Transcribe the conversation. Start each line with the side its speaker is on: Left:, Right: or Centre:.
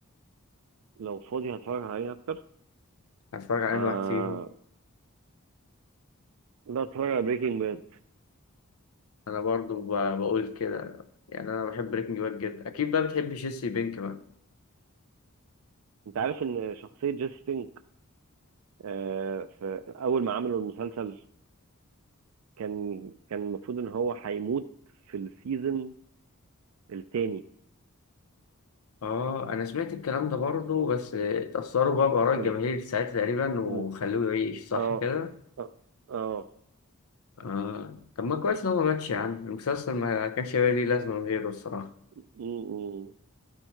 Right: لو فاضي هتفرج عليه اكتر
Left: هتتفرج على
Right: آه
Left: انهي واحد فيهم
Right: لا اتفرج على بريكنج باد
Left: انا برضه ب... بقول كده يعني انا بحب بريكنج باد جدا اكيد بقى بتحب جيسي بينك بقى
Right: انت عارف ان شخصية جيسي بينك آه في اول ما عملوا المسلسل كان كان المفروض ان هو هيموت في السيزون التاني
Left: اه انا سمعت الكلام ده برضه بس اتأثروا بقى بآراء
Right: وب...
Left: الجماهير ساعتها تقريبا وخلوه
Right: وب...
Left: يعيش صح
Right: اه
Left: كده
Right: اه اه
Left: اه طب ما كويس ان هو ما ماتش يا عم المسلسل ما كانش هيبقى ليه لازمة من غيره الصراحة
Right: م- م.